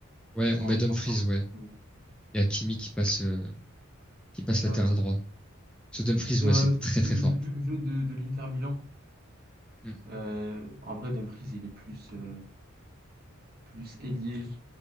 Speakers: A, in the centre; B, on the right (about 45°).
A: Ouais, on
B: en
A: met
B: défenseur,
A: Dumfries, ouais.
B: Hakimi
A: Il y a Kimi qui passe, euh, qui passe
B: derrière.
A: latéral droit. Ce Dumfries,
B: Parce que
A: ouais,
B: euh,
A: c'est très très
B: vu
A: fort.
B: le vu le jeu de, de l'Inter Milan,
A: Mm.
B: euh, en vrai, Dumfries, il est plus, euh, plus ailier,